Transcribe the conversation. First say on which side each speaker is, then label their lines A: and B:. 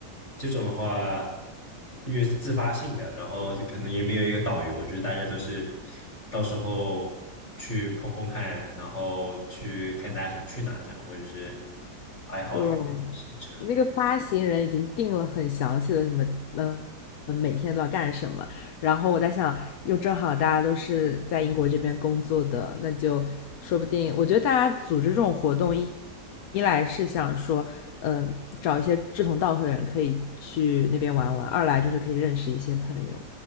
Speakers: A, on the left; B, on the left.
A: 这种的话，因为是自发性的，然后可能也没有一个导游，就是大家都是到时候去碰碰看，然后去看大家想去哪这样，或者是排好一个行程，
B: 对，那个发行人已经定了很详细的什么，嗯，嗯每天都要干什么。然后我在想，又正好大家都是在英国这边工作的，那就说不定，我觉得大家组织这种活动一，一来是想说，嗯、找一些志同道合的人可以去那边玩玩；二来就是可以认识一些朋友。